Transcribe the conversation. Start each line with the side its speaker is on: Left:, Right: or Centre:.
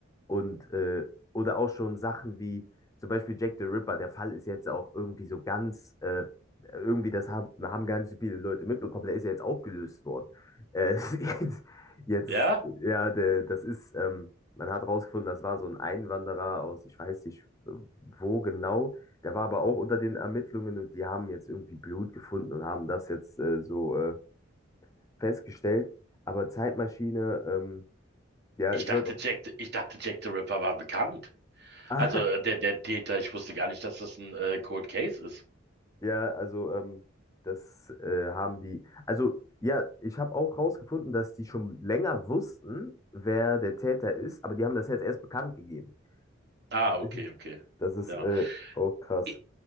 Left: und äh, oder auch schon Sachen wie zum Beispiel Jack the Ripper. Der Fall ist jetzt auch irgendwie so ganz, äh, irgendwie das haben, haben gar nicht so viele Leute mitbekommen. Der ist ja jetzt auch gelöst worden. Äh, <laughs> jetzt, jetzt,
Right: Ja?
Left: ja, der, das ist, ähm, man hat rausgefunden, das war so ein Einwanderer aus, ich weiß nicht wo genau der war aber auch unter den Ermittlungen und die haben jetzt irgendwie Blut gefunden und haben das jetzt äh, so äh, festgestellt. Aber Zeitmaschine, ähm, ja,
Right: Ich
Left: ich
Right: dachte,
Left: würde auch. <laughs>
Right: Jack, ich dachte, Jack the Ripper war bekannt.
Left: Ah,
Right: Also äh, der, der Täter, ich wusste gar nicht, dass das ein äh, Cold Case ist.
Left: ja, also ähm, das äh, haben die. Also ja, ich habe auch rausgefunden, dass die schon länger wussten, wer der Täter ist, aber die haben das jetzt erst bekannt gegeben.
Right: Ah,
Left: <laughs>
Right: okay, okay.
Left: Das ist
Right: Ja.
Left: äh, auch krass.
Right: I-